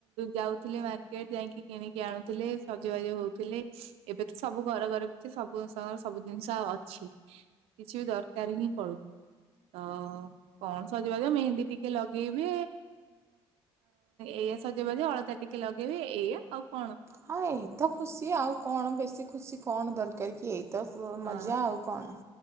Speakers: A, on the right; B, on the right.
A: ଯାଉଥିଲେ ମାର୍କେଟ ଯାଇକି କିଣିକି ଆଣୁଥିଲେ ସଜବାଜି ହଉଥିଲେ ଏବେ ତ ସବୁ ଘର ଘରେ ପଛି ସବୁଙ୍ଗର ସବୁ ଜିନିଷ ଅଛି କିଛି ବି ଦରକାର ହିଁ ପଡୁନି ତ କଣ ସଜେଇବା ଦିବ ମେହେନ୍ଦୀ ଟିକେ ଲଗେଇବେ ଏଇଆ ସଜେଇବା ଦ ଅଳତା ଟିକେ ଲଗେଇବେ ଏଇଆ ଆଉ କଣ
B: ହଁ ଏଇତ ଖୁସି ଆଉ କଣ ବେଶୀ ଖୁସି କଣ ଦରକାର କି ଏଇ ତ ମଜା
A: ହଁ।
B: ଆଉ କଣ